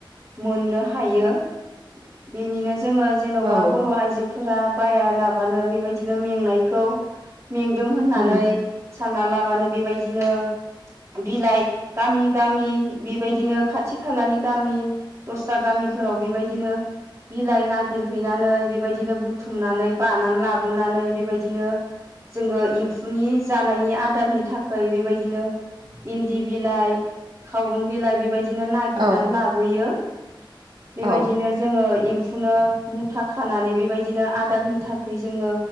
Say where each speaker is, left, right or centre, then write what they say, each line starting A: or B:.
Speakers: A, on the right; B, on the right.
A: मोननो हायो। बेनिनो जोङो जेनबा
B: औ
A: बर' आइजो फोरा बाया लाबानो बेबायदि बिदिनो मेंनायखौ मेंदों होननानै
B: उम
A: सानना लाबानो बेबायदिनो बिलाइ गामि गामि बेबायदिनो खाथि खालानि गामि दस्रा गामि फोराव बेबायदिनो बिलाइ नागिर हैनानै बेबायदिनो बुथुमनानै बानानै लाबोनानै बेबायदिनो जोङो एमफुनि जानायनि आदारनि थाखै बेबायदिनो इन्दि बिलाइ, खावरुम बिलाइ बेबाय दिनो नागिरनानै
B: औ
A: लाबोयो। लांदां बेबायदिनो
B: औ
A: जोङो इम फुनो मुथा खानानै बेबायदिनो आदारनि थाखाय जोङो